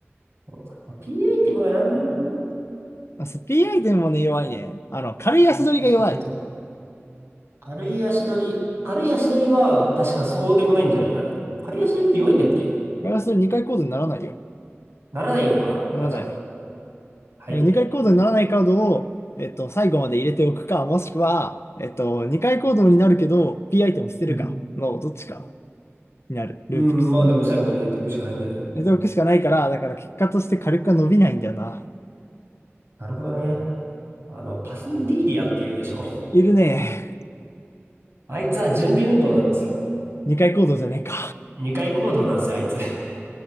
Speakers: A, on the right; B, on the left.
A: そうまあ、P アイティムがな、ど
B: あ、そう、P アイテムもね、弱いね。あの、軽い足取りが弱い。
A: っちかというと、軽い足取り、軽い足取りは確かそうでもないんじゃないあれ軽い足取りって弱いんだっけ
B: ガ取り2回コードにならないよ。
A: ならないのかあ、
B: ならない。
A: じゃあ、はい。
B: 2回コードにならないカードを、えっと、最後まで入れておくか、もしくは、えっと、2回コードになるけど、P アイテム捨てるかの、
A: うん。
B: どっちかになる。
A: うん、
B: ループするの。
A: まあでも最後まで入れておくしかないんじゃない
B: 入れておくしかないから、だから結果として火力が伸びないんだよな。
A: なるほどね。あの、パスモディーリアって言うでしょ。
B: いるね。
A: あいつは準備運動なんですよ。
B: 2回コードじゃねえか。
A: 二回行動なんですよ、あいつ。